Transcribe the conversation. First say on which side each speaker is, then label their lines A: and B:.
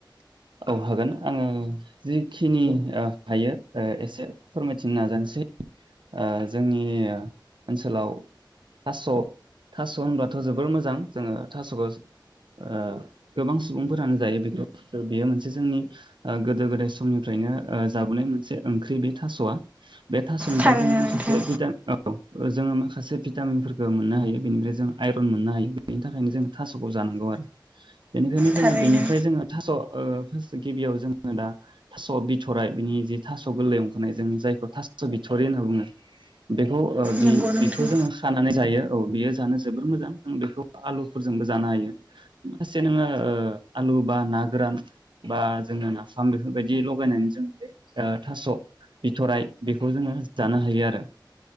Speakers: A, on the right (about 75°); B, on the right (about 20°).
A: औ हागोन आङो जिखिनि हायो एसे फोरमायथिनो नाजानोसै ओ जोंनि ओनसोलाव थास' थास' होनबाथ' जोबोर मोजां जोङो थास'खौ ओ गोबां सुबुंफोरानो जायो बेखौ बेयो मोनसे जोंनि गोदो गोदाय समनिफ्रायनो ओ जाबोनाय मोनसे ओंख्रि बे थास'आ बे थास' ओमफ्राय
B: थारैनो
A: जों माखासे
B: नोंथां
A: <unintelligible> <unintelligible> जों माखासे माखासे भिटामिनफोरखौ मोननो हायो बेनिफ्राय जों आइरन मोननो हायो बेनि थाखायनो जोङो थास'खौ जानांगौ आरो बेनिखायनो जोङो
B: थारैनो
A: बेनिफ्राय जोङो थास' ओ गिबियाव जोङो दा थास' बिथ'राइ बिनि जि थास' गोरलै अखारनाय जों जायखौ थास' बिथ थरि होनना बुंङो बेखौ ओ
B: नंगौ नोंथां
A: बेखौ जोङो खानानै जायो औ बेयो जानो जोबोर मोजां नों बेखौ आलु फोरजोंबो जानो हायो फासे नोङो आलु बा ना गोरान बा जोङो नाफाम बेफोरबायदि लगायनानै जों बे ओ थास' बिथ'राय बे बेखौ जोङो जानो हायो आरो